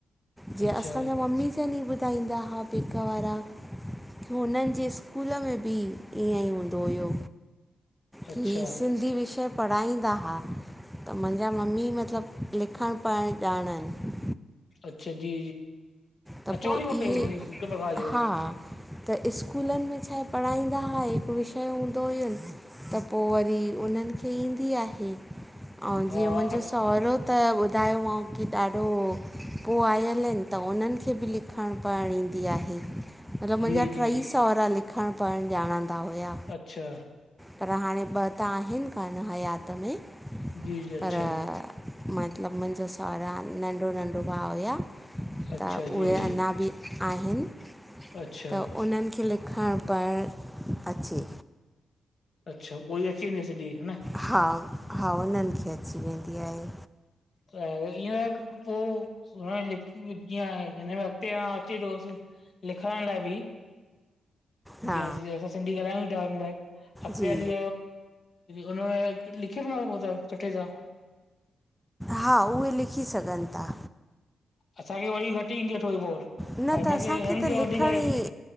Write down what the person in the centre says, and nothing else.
जीअं
असांजा मम्मी जनि ई ॿुधाईंदा हुआ पेका वारा। हुननि जे स्कूल में बि ईअं ई हूंदो हुयो।
की सिंधी विषय पढ़ाईंदा हा। त मुंहिंजा मम्मी मतिलबु लिखणु पढ़णु ॼाणनि।
त
पोइ
इहे
हा
त स्कूलनि में छाए पढ़ाईंदा हुआ हिकु विषय हूंदो हुयुस त पो वरी उन्हनि खे ईंदी आहे। ऐं
जीअं मुंहिंजो सहुरो त ॿुधायोमांव की ॾाढो पो आयल आहिनि त उन्हनि खे बि लिखणु पढ़णु ईंदी आहे, मतिलबु
मुंहिंजा
टईस सहुरा लिखणु पढ़णु ॼाणंदा हुआ।
पर हाणे ॿ त आहिनि कान हयात में
पर-
मतिलबु मुंहिंजो सहुरा नंढो-नंढो भाउ हुआ।
त उहे
अञा बि आहिनि।
त उन्हनि खे लिखणु पढ़णु अचे।
हा, हा हुननि खे अची वेंदी आहे।
हा
जी
हा उहे लिखी सघनि था।
न
त असांखे
त
लिखण
ई